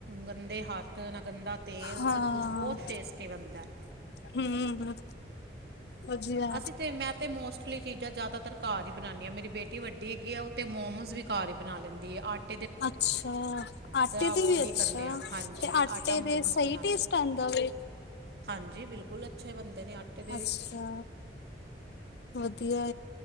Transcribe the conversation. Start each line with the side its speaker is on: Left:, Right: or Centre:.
Right: ਗੰਦੇ ਹੱਥ ਨਾ ਗੰਦਾ ਤੇਲ
Left: ਹਾਂ
Right: ਸਭ ਕੁਛ ਬਹੁਤ ਟੇਸਟੀ ਬਣਦਾ
Left: ਹੂੰ। ਵਧੀਆ
Right: ਅਸੀਂ ਤੇ ਮੈਂ ਤੇ ਮੋਸਟਲੀ ਚੀਜ਼ਾਂ ਜਿਆਦਾਤਰ ਘਰ ਹੀ ਬਣਾਨਦੀ ਆਾ ਮੇਰੀ ਬੇਟੀ ਵੱਡੀ ਹੈਗੀ ਆ ਉਹ ਤੇ ਮੋਮੋਸ ਵੀ ਘਰ ਹੀ। ਬਣਾ ਲੈਂਦੀ ਆਟਾ
Left: ਅੱਛਾ ਆਟੇ ਦੇ
Right: ਅਵੋਇਡ
Left: ਵੀ ਅੱਛਾ
Right: ਹੀ ਕਰਨੇ ਆ ਹਾਂਜੀ
Left: ਤੇ ਆਟੇ
Right: ਆਟਾ ਮੋਮੋਸ
Left: ਦੇ ਸਹੀ
Right: ਬਣਾਉਂਦੀ
Left: ਟੇਸਟ ਆਉਂਦਾ ਵੇ
Right: ਹਾਂਜੀ ਬਿਲਕੁਲ ਅੱਛੇ ਬਣਦੇ ਨੇ ਆਟੇ ਦੇ
Left: ਅੱਛਾ
Right: ਵੀ
Left: ਵਧੀਆ।